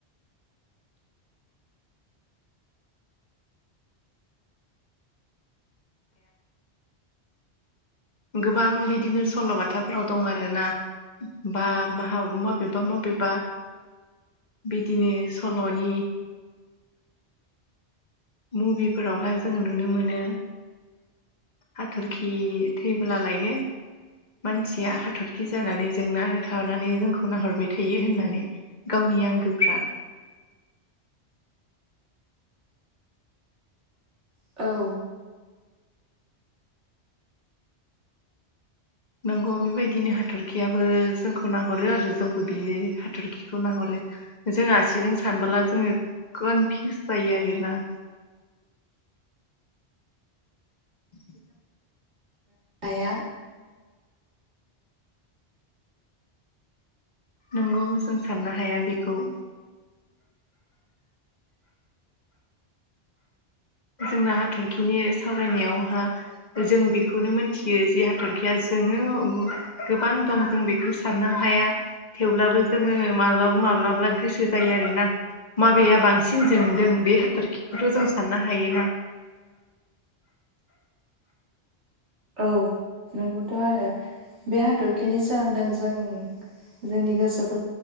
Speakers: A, on the left (about 45°); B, on the right (about 85°).
A: गोबां बिदिनो सल'बाथाफोराव दं आरोना बा महा मबेबा मबेबा बिदिनो सल'नि मुभिफोरावहाय जोङो नुनो मोनो। हाथरखि थैबोला लायनो मानसिया हाथरखि जानानै जोंनानै थानानै जोंखौ नाहरबाय थायो होननानै गाव नि आंगोफ्रा
B: औ
A: नोंगौ बेबायदिनो हाथरखियाबो जोंखौ नाहरो आरो जोंबो बे हाथरखिखौ नाहरो जों आसिजों सानबोला जोङो कनफिउस जायो आरोना <inaudible> <inaudible>
B: आया
A: नोंगौ जों साननो हाया बेखौ <inaudible> जोंना हाथरखिनि सावरायनायावहा जों बेखौनो मोनथियो जे हाथरखिया जोङो गोबां दं जों बेखौ साननो हाया। थेवब्लाबो जोङो माब्लाबा माब्लाबा गोसो जायो आरोना। माबेाया बांसिन जोंदों बे हाथरखिखौथ' जों साननो ह हायो ना?
B: औ नोंगौथ' आरो बे हाथरखिनि सोरांदों जों जोंनि गसो